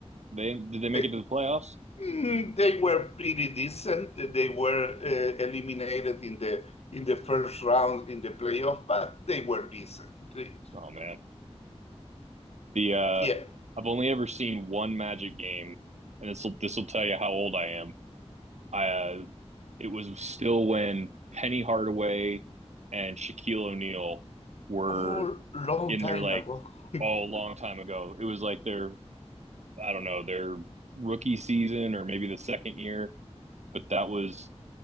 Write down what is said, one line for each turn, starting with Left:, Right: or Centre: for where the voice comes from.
Right: They did they make
Left: They
Right: it to the playoffs?
Left: mm, they were pretty decent. They were uh, eliminated in the in the first round in the playoff, but they were decent. They,
Right: Oh man. The uh
Left: Yeah,
Right: I've only ever seen one Magic game, and this will this will tell you how old I am. I uh, it was still when Penny Hardaway and Shaquille O'Neal were
Left: all long
Right: in
Left: time
Right: their like
Left: ago. <laughs>
Right: oh long time ago. It was like their I don't know their rookie season or maybe the second year. But that was